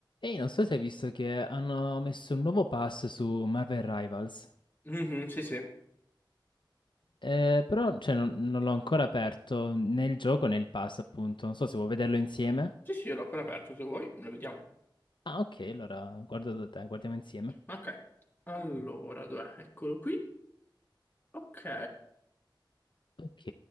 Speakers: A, on the left; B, on the left.
A: Ehi, non so se hai visto che hanno messo un nuovo pass su Marvel Rivals,
B: Mhm, sì, sì.
A: Eh, però cioè, non, non l'ho ancora aperto nel gioco nel pass, appunto. Non so se vuoi vederlo insieme.
B: Sì, sì, io l'ho appena aperto, se vuoi, lo vediamo.
A: Ah, ok, allora guardo da te, guardiamo insieme.
B: Ok. Allora, dov'è? Eccolo qui. Ok.
A: Ok,